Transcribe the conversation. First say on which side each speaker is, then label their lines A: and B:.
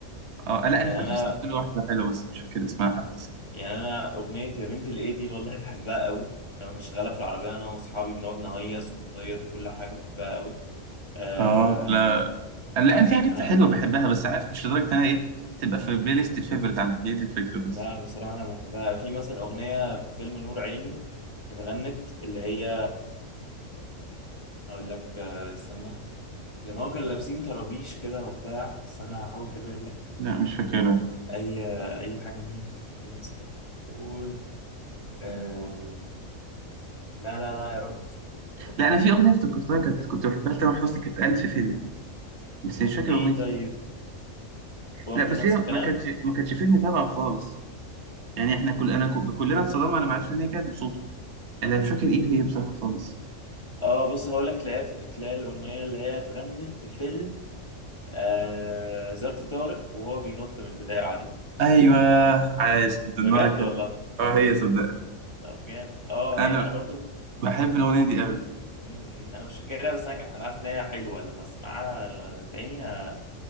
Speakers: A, on the right (about 55°); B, on the left (about 20°).
A: اه لا
B: يعني
A: انا فاكر
B: انا
A: سمعت له واحده حلوه بس مش فاكر اسمها حتى
B: يعني انا اغنيه يا بنت الايدي والله بحبها قوي لما مش شغاله في العربيه انا واصحابي بنقعد نهيص ونزيط وكل حاجه بحبها قوي آه
A: اه لا لا انا في حاجات
B: انا
A: حلوه بحبها بس عارف مش لدرجه إن انا ايه تبقى في البلاي ليست الفيفوريت عندي هي دي الفكره بس
B: لا بصراحه انا بحبها في مثلا اغنيه في فيلم نور عيني اتغنت اللي هي هقول لك آه، استنى لما هو كانوا لابسين طرابيش كده وبتاع استنى هحاول كده اجيب لك
A: لا مش فاكرها
B: اي اي حاجه منهم كده ماسكة بتقول آه، لا لا لا يا رب أفتكر، يا رب
A: لا
B: افتكر
A: انا في اغنيه افتكرتها كانت كنت بحبها لتامر حسني كانت ألف فيلم بس مش فاكر
B: ايه
A: اغنيه
B: طيب
A: إيه.
B: برضه
A: لا بس
B: نفس
A: هي
B: الكلام
A: ما كانتش ما كانتش فيلم تابعه خالص يعني احنا كل انا كو- كلنا اتصدمنا لما عرفنا ان هي كانت بصوته انا مش فاكر ايه هي بصراحه خالص
B: اه بص هقول لك تلاقي تلاقي الاغنيه اللي هي اتغنت في فيلم آه ظرف طارق وهو بينط من البدايه دي
A: ايوه
B: ممكن
A: عايش انت دماغك
B: بجد
A: حلو.
B: والله
A: اه هي صدق
B: طب جامد اه
A: انا
B: هي انا برضو
A: بحب
B: انا
A: الاغنيه
B: كنت
A: دي قوي
B: مم، انا مش فاكرها بس انا ك- انا عارف ان هي حلوه لما اسمعها تاني ه...